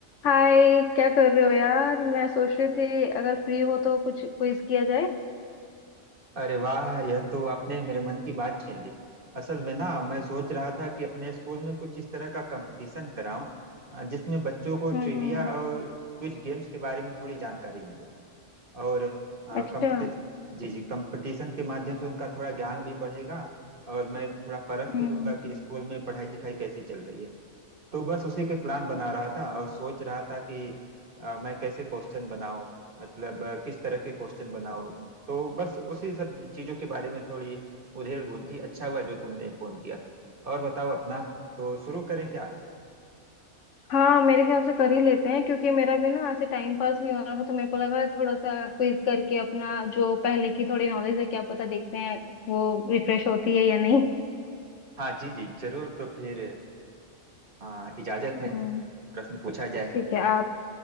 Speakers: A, on the left (about 75°); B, on the right (about 45°).
A: हाय क्या कर रहे हो यार मैं सोच रही थी अगर फ्री हो तो कुछ क्विज किया जाए
B: अरे वाह यह तो आपने मेरे मन की बात छीन ली असल में ना मैं सोच रहा था कि अपने स्कूल में कुछ इस तरह का कंपटीशन कराऊं अ, जिसमें बच्चों को
A: हम्म
B: ट्रिविया
A: हम्म
B: और क्विज गेम्स के बारे में थोड़ी जानकारी मिले और अ,
A: अच्छा
B: कंपटी जी जी कंपटीशन के माध्यम से उनका थोड़ा ज्ञान भी बढ़ेगा और मैं थोड़ा परख
A: हम्म
B: भी लूंगा कि स्कूल में पढ़ाई लिखाई कैसी चल रही है तो बस उसी के प्लान बना रहा था और सोच रहा था कि अ, मैं कैसे क्वेश्चन बनाऊं मतलब अ, किस तरह के क्वेश्चन बनाऊं तो बस उसी सब चीजों के बारे में थोड़ी उधेड़ बुन थी अच्छा हुआ जो तुमने फोन किया और बताओ अपना तो शुरू करें क्या
A: हाँ मेरे ख्याल से कर ही लेते हैं क्योंकि मेरा भी ना ऐसे टाइम पास नहीं हो रहा था तो मेरे को लगा थोड़ा सा क्विज करके अपना जो पहले की थोड़ी नॉलेज है क्या पता देखते हैं वो रिफ्रेश होती है या नहीं
B: हाँ जी जी जरूर तो फिर हाँ इजाजत
A: हम्म।
B: है प्रश्न पूछा जाए
A: ठीक है आप